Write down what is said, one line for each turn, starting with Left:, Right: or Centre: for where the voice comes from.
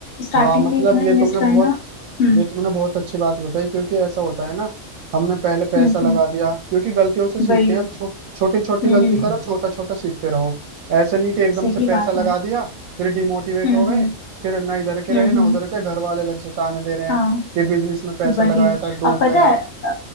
Left: स्टार्टिंग
Right: हाँ मतलब
Left: में इतना
Right: ये
Left: इन्वेस्ट
Right: तुमने
Left: करना
Right: बहुत
Left: हम्म
Right: ये तुमने बहुत अच्छी बात बताई क्योंकि ऐसा होता है ना हमने पहले पैसा
Left: हम्म
Right: लगा
Left: हम्म
Right: दिया क्योंकि गलतियों से सीखते
Left: वही
Right: हैं अब छो, छोटी छोटी
Left: हम्म
Right: गलती
Left: हम्म
Right: करो छोटा छोटा सीखते रहो ऐसे नहीं कि एकदम
Left: सही
Right: से पैसा
Left: बात
Right: लगा
Left: है
Right: दिया फिर डिमोटिवेट
Left: हम्म
Right: हो गए
Left: हम्म
Right: फिर ना इधर के
Left: हम्म
Right: रहे ना
Left: हम्म
Right: उधर के घर वाले अलग से ताने दे रहे हैं
Left: हाँ
Right: कि बिजनेस में पैसा
Left: वही
Right: लगाया था डूब
Left: अब पता
Right: गया
Left: है अ,